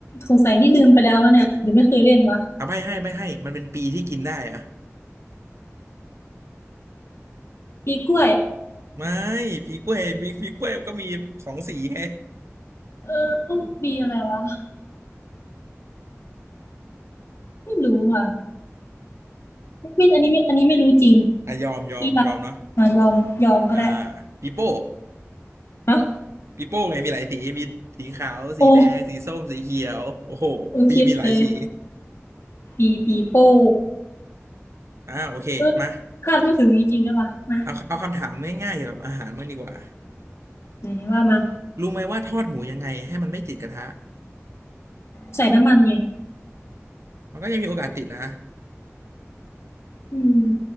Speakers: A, on the left; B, on the right.
A: สงสัยนี่ลืมไปแล้ววะเนี่ยหรือไม่เคยเล่นวะ
B: ๆเอาใบให้ใบให้มันเป็นปีที่กินได้อ่ะ
A: B กล้วย
B: ไม่ปีกล้วยมีปีกล้วยมันก็มีสองสีไง
A: เออ B อะไรวะไม่รู้ว่ะไม่อันนี้ไม่อันนี้ไม่รู้จริง
B: อ่ะยอมยอมยอมเนาะ
A: B ีอะไรมายอม ยอมก็ได้
B: อ่าปีโป้
A: ฮะ
B: ปีโป้ไงมีหลายสีมีสีขาวสีแดงสีส้มสีเขียวโอ้โหปีมีหลายสี
A: โอ้โอเคเลย B ปีโป้
B: อ่าโอเคมา
A: เออคาดไม่ถึงจริงๆด้วยว่ะมา
B: เอาเอาคำถามง่ายๆเกี่ยวกับอาหารบ้างดีกว่า
A: ไหนว่ามา
B: รู้ไหมว่าทอดหมูยังไงให้มันไม่ติดกระทะ
A: ใส่น้ำมันไง
B: มันก็ยังมีโอกาสติดนะ
A: อืม